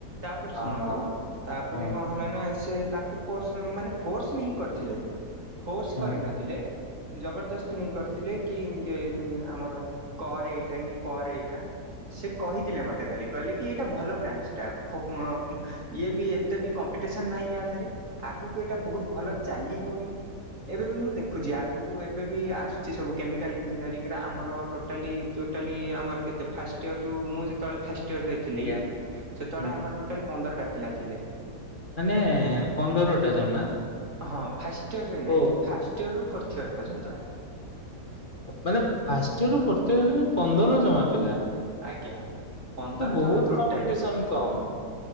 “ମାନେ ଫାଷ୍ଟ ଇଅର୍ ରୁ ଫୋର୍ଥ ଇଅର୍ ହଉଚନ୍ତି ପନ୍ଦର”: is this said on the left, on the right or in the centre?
Left